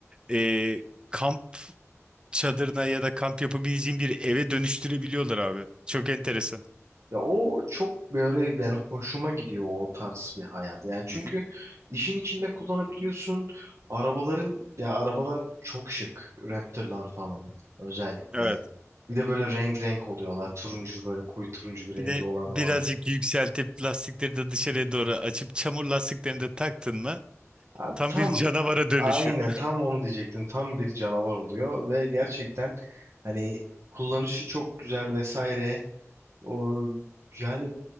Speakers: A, on the right (about 20°); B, on the right (about 60°).
A: e, kamp çadırına ya da kamp yapabileceğin bir eve dönüştürebiliyorlar abi. Çok enteresan.
B: Ya o çok böyle yani hoşuma gidiyor o tarz bir hayat. Yani çünkü
A: Hı hı.
B: işin içinde kullanabiliyorsun. Arabaların ya arabalar çok şık. Raptor'lar falan özellikle.
A: Evet.
B: Bir de böyle renk renk oluyorlar. Turuncu böyle koyu turuncu bir rengi
A: Bir de
B: olanı
A: birazcık
B: var.
A: yükseltip lastikleri de dışarıya doğru açıp çamur lastiklerini de taktın mı
B: Abi
A: tam
B: tam
A: bir canavara dönüşüyor.
B: Aynen tam onu diyecektim. Tam bir canavar oluyor ve gerçekten hani kullanışı çok güzel vesaire. O yani